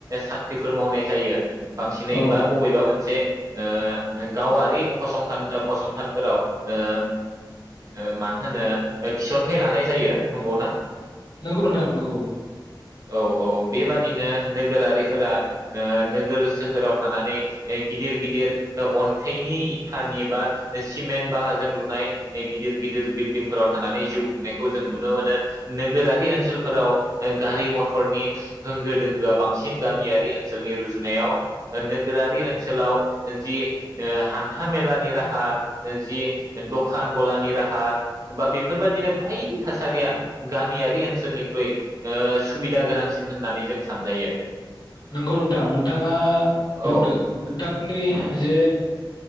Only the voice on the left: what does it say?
औ
नोंगौ नोंथां नोंगौ।
नंगौ नोंथां नोंथाङा बुंदों
नोंथांनि जे